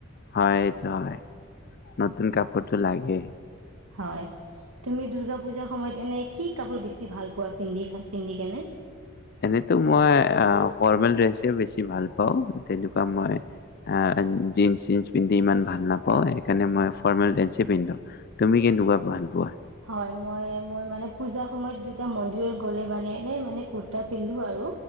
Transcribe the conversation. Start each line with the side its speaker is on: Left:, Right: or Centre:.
Left: হয় এইটো হয়। নতুন কাপোৰটো লাগে।
Right: হয় তুমি দূৰ্গা পূজাৰ সময়ত এনে কি কাপোৰ বেছি ভাল পোৱা পিন্ধি পিন্ধি কেনে?
Left: এনেতো মই ফৰ্মেল ড্ৰেচ বেছি ভাল পাওঁ এনেটো ‌মই ফৰ্মেল ড্ৰেচ বেছি ভাল পাওঁ তেনেকুৱা মই জীন্ চ পিন্ধি ইমান ভাল নাপাওঁ সেইকাৰণে মই ফৰ্মেল ড্ৰেচ পিন্ধো তুমি কেনেকুৱা ভাল পোৱা।
Right: হয় মই মই মানে পূজা সময়ত যেতিয়া মন্দিৰত গ'লে মানে এনেই মানে কুৰ্তা পিন্ধো আৰু।